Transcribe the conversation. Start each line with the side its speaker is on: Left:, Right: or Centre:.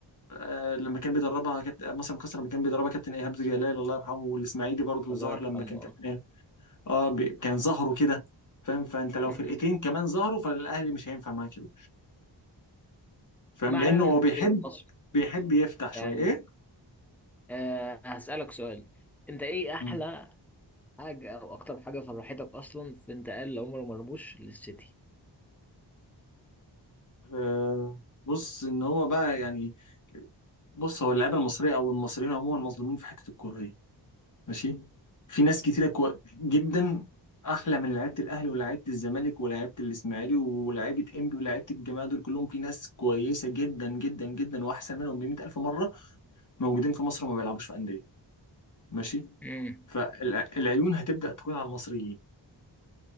Left: آه، لما كان بيدربها كابت... آه، مصر المقاصة لما كان بيدربها كابتن إيهاب جلال الله يرحمه والإسماعيلي برضه
Centre: الله
Left: ظهر
Centre: يرحمه
Left: لما كان كابتن
Centre: اه
Left: إيهاب اه ب... كان ظهروا كده فاهم فأنت لو
Centre: أمم.
Left: فرقتين كمان ظهروا فالأهلي مش هينفع معاه كده فاهم
Centre: ما
Left: لأنه
Centre: علينا
Left: هو
Centre: من الدوري
Left: بيحب
Centre: المصري
Left: بيحب يفتح شوية
Centre: يعني
Left: إيه
Centre: أه هسألك سؤال انت ايه احلى
Left: مم.
Centre: حاجة او اكتر حاجة فرحتك اصلا في انتقال عمر مرموش للسيتي؟
Left: آه، بص ان هو بقى يعني بص هو اللعيبه المصريه او المصريين عموما مظلومين في حته الكوره دي ماشي في ناس كتيرة كو... جدا احلى من لعيبه الاهلي ولاعيبه الزمالك ولاعيبه الاسماعيلي ولاعيبه انبي ولاعيبه الجماعه دول كلهم في ناس كويسه جدا جدا جدا واحسن منهم ب 100000 مره موجودين في مصر وما بيلعبوش في انديه ماشي
Centre: مم.
Left: فالعيون هتبدا تكون على المصريين